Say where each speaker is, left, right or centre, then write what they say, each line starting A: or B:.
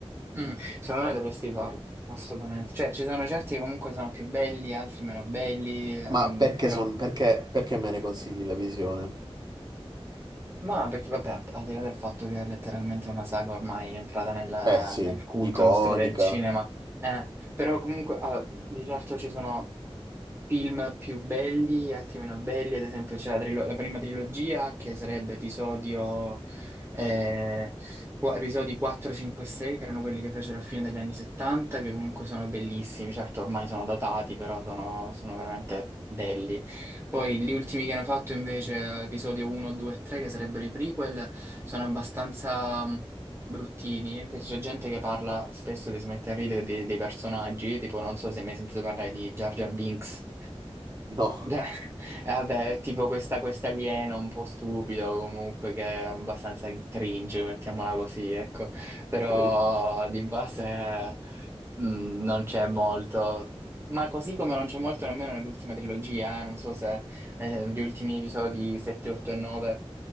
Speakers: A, on the right; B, on the right.
A: Mm, secondo me dovresti farlo, assolutamente. Cioè, ci sono certi che comunque sono più belli, altri meno belli,
B: ma
A: mm,
B: perché,
A: però...
B: son- perché, perché me ne consigli la visione?
A: Ma perché vabbè, al di là del fatto che è letteralmente una saga ormai è entrata nella-
B: Eh sì,
A: nel culto,
B: iconica.
A: nella storia del cinema, eh, però comunque, allora, di certo ci sono Film più belli, altri meno belli, ad esempio c'è la, trilo- la prima trilogia che sarebbe episodio, eh, qu- episodi 4, 5 e 6, che erano quelli che fecero a fine degli anni 70, che comunque sono bellissimi, certo ormai sono datati, però sono, sono veramente belli. Poi gli ultimi che hanno fatto invece, episodio 1, 2 e 3, che sarebbero i prequel, sono abbastanza bruttini, che c'è gente che parla spesso che si mette a ridere dei, dei personaggi, tipo non so se hai mai sentito parlare di Jar Jar Binks.
B: No,
A: Beh, <laughs> Eh, Vabbè, è tipo questa, questa aliena un po' stupido comunque che è abbastanza cringe, mettiamola così, ecco. Però
B: ok,
A: di base mm, non c'è molto. Ma così come non c'è molto nemmeno nell'ultima trilogia, eh, Non so se eh, gli ultimi episodi 7, 8 e 9.